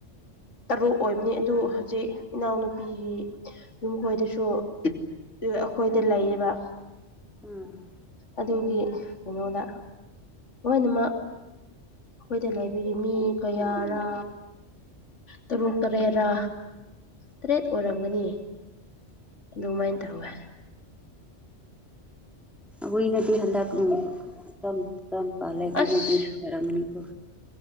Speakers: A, on the left; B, in the centre.
A: ꯇꯔꯨꯛ ꯑꯣꯏꯕꯅꯤ ꯑꯗꯨ ꯍꯧꯖꯤꯛ ꯏꯅꯥꯎꯅꯨꯄꯤꯒꯤ ꯌꯨꯝꯈꯣꯏꯗꯁꯨ ꯑꯩꯈꯣꯏꯗ ꯂꯩꯌꯦꯕ
B: ꯎꯝ ꯎ
A: ꯑꯗꯨꯒꯤ ꯀꯩꯅꯣꯗ ꯂꯣꯏꯅꯃꯛ ꯑꯩꯈꯣꯏꯗ ꯂꯩꯕꯒꯤ ꯃꯤ ꯀꯌꯥꯔꯥ ꯇꯔꯨꯛ ꯇꯔꯦꯠꯔ ꯇꯔꯦꯠ ꯑꯣꯏꯔꯝꯒꯅꯤ ꯑꯗꯨꯃꯥꯏꯅ ꯇꯧꯋꯦ
B: ꯑꯎꯏꯅꯗꯤ ꯍꯟꯗꯛ ꯎꯝ ꯇꯝ ꯀꯝ ꯄꯥꯂ ꯀꯅꯗꯤꯟ
A: ꯑꯁ
B: ꯈꯔꯝꯅꯤ ꯀꯣ